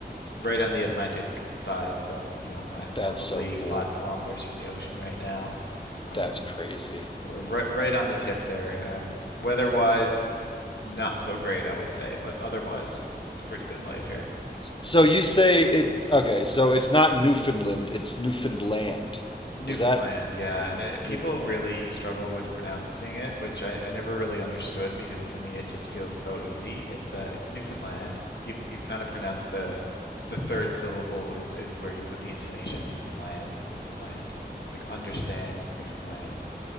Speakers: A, on the left; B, on the left.
A: right on the Atlantic side, so you know I'm
B: That's
A: probably
B: so
A: five
B: cool.
A: kilometers from the ocean right now. Um,
B: That's crazy.
A: so we're right right on the tip there. Uh, weather-wise, not so great, I would say, but otherwise, it's pretty good life here.
B: So you say it. Okay, so it's not Newfoundland. It's Newfoundland.
A: Newfoundland,
B: Is that
A: yeah. The- people
B: Newfoundland?
A: really struggle with pronouncing it, which I, I never really understood because to me it just feels so easy. It's uh it's Newfoundland. You you kind of pronounce the the third syllable is is where you put the intonation, Newfoundland, Newfoundland, like understand Newfoundland.